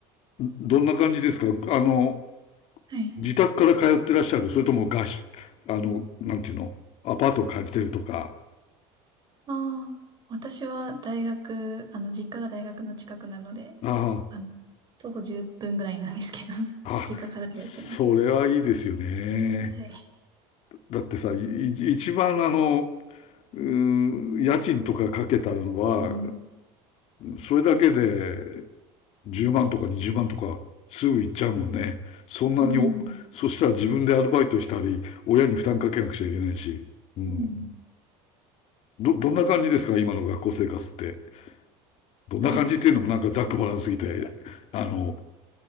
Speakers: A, on the left; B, on the right.
A: どんな感じですかあの、
B: はい。
A: 自宅から通ってらっしゃるそれとも合宿、あの、なんていうのアパートを借りてるとか。
B: ああ、私は大学、あの、実家が大学の近くなので、
A: ああ。
B: あの、徒歩10分ぐらいなんですけど、<laughs>
A: あ、
B: 実家から通ってます。
A: それはいいですよね。
B: はい。
A: だってさ、い一番あの、うーん、家賃とかかけたのは、
B: うん。
A: それだけで10万とか20万とかすぐ行っちゃうもんね。そんなにお、
B: うん。
A: そしたら自分でアルバイトしたり、親に負担かけなくちゃいけないし。うん。
B: うん。
A: ど、どんな感じですか今の学校生活って。どんな感じっていうのもなんかざっくばらんすぎて、
B: はい。私、うん
A: あの、